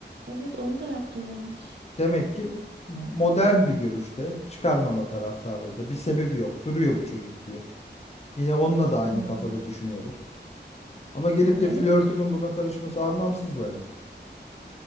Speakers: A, on the right; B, on the left.
A: Evet onu da yaptığı yanlış.
B: Demek ki modern bir görüşte çıkarmama taraftarı o da. Bir sebebi yok. Duruyor bu çocuk diyor. Yine onunla da aynı
A: Hmm.
B: kafada düşünüyoruz. Ama gelip
A: Ya
B: de
A: evet
B: flörtümün buna karışması anlamsız bence.